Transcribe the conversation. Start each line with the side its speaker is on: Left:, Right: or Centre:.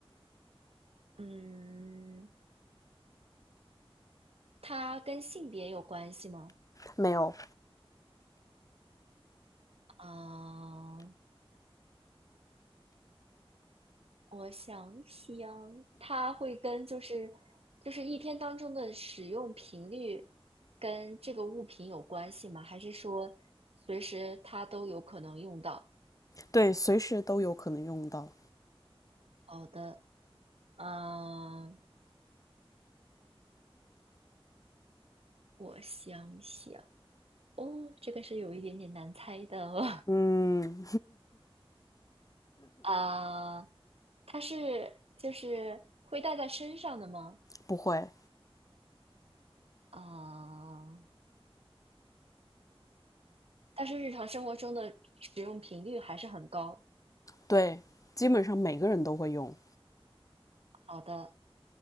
Right: 嗯，它跟性别有关系吗？
Left: 没有，
Right: 啊、我想想，它会跟就是就是一天当中的使用频率跟这个物品有关系吗？还是说随时它都有可能用到？
Left: 对，随时都有可能用到。
Right: 好的，嗯、我想想，哦，这个是有一点点难猜的哦
Left: 嗯，
Right: <laughs> 啊、它是就是会带在身上的吗？
Left: 不会，
Right: 啊、但是日常生活中的使用频率还是很高。
Left: 对，基本上每个人都会用，
Right: 好的，